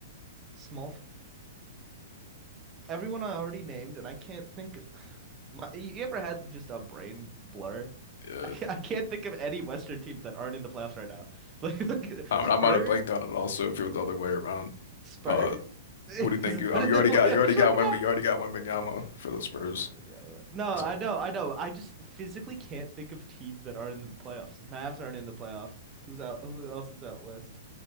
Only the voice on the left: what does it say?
Yeah.
I
mean, I might have blanked on it also if it was the other way around.
Uh,
who do you think you?
I mean,
you
already
got. You already got
Wemby.
You already got Wembanyama for the Spurs.
So